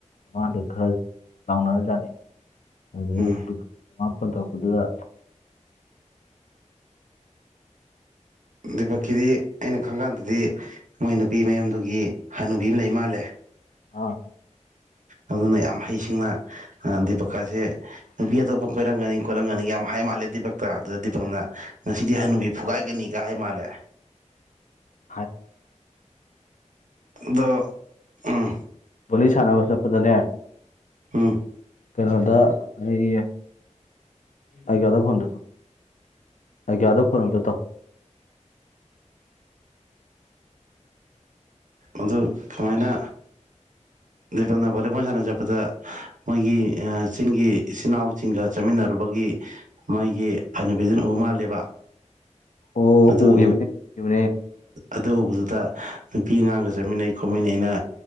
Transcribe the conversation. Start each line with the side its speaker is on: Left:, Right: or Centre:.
Left: ꯃꯉꯥꯡꯗ ꯈꯔ ꯂꯥꯎꯅꯔꯖꯥꯠꯅꯤ ꯑꯗꯨꯗꯒꯤ
Right: ꯎꯝ
Left: ꯅꯨ ꯃꯉꯥꯄꯟ ꯇꯧꯔꯛꯄꯗꯨꯗ
Right: ꯑꯗꯨꯕꯛꯀꯤꯗꯤ ꯑꯩꯅ ꯈꯪ ꯀꯥꯟꯗꯗꯤ ꯃꯣꯏ ꯅꯨꯄꯤ ꯃꯌꯨꯝꯗꯨꯒꯤ ꯍꯟꯅꯨꯕꯤ ꯑꯃ ꯂꯩ ꯃꯥꯜꯂꯦ
Left: ꯑꯥ
Right: ꯑꯗꯨꯅ ꯌꯥꯝ ꯍꯩꯁꯤꯡꯅ ꯗꯤꯄꯛꯀꯥꯁꯦ ꯅꯨꯄꯤ ꯑꯇꯣꯞꯄ ꯀꯣꯏꯔꯝꯒꯅꯤ ꯀꯣꯏꯔꯝꯒꯅꯤ ꯌꯥꯝ ꯍꯥꯏ ꯃꯥꯜꯂꯦ ꯗꯤꯄꯛꯇ ꯑꯗꯨꯗ ꯗꯤꯄꯛꯅ ꯉꯁꯤꯗꯤ ꯍꯥꯅꯨꯕꯤ ꯐꯨꯒꯥꯏꯒꯅꯤ ꯀꯍꯥꯏ ꯃꯥꯜꯂꯦ
Left: ꯍꯥꯏ
Right: ꯗꯣ ꯎꯝ
Left: ꯋꯥꯔꯤ ꯁꯥꯟꯅꯕ ꯆꯠꯄꯗꯅꯦ
Right: ꯍꯨꯝ
Left: ꯀꯩꯅꯣꯗ ꯑꯩꯒꯤ ꯑꯩꯒ꯭ꯌꯥꯗ ꯐꯣꯟꯗ ꯇꯧ ꯑꯩꯒ꯭ꯌꯥꯗ ꯐꯣꯟ ꯑꯃꯇ ꯇꯥꯎ
Right: ꯑꯗꯨ ꯀꯃꯥꯏꯅ ꯄꯅ ꯚꯣꯂꯤꯕꯣꯜ ꯁꯥꯟꯅ ꯆꯠꯄꯗ ꯃꯣꯏꯒꯤ ꯆꯤꯡꯒꯤ ꯏꯆꯤꯟꯜ ꯏꯅꯥꯎꯁꯤꯡꯒ ꯆꯠꯃꯤꯟꯅꯔꯨꯕꯒꯤ ꯃꯥꯥꯏꯒꯤ ꯍꯅꯨꯕꯤꯗꯨꯅ ꯎ ꯃꯥꯜꯂꯦꯕ
Left: ꯑꯣ
Right: ꯑꯗꯨ
Left: ꯎꯒꯤꯕꯅꯦ
Right: ꯎ
Left: ꯎꯒꯤꯕꯅꯦ
Right: ꯑꯗꯨ ꯎꯕꯗꯨꯗ ꯅꯨꯄꯤ ꯑꯉꯥꯡꯒ ꯆꯠꯃꯤꯟꯅꯩ ꯈꯣꯠꯃꯤꯟꯅꯩ ꯑꯩꯅ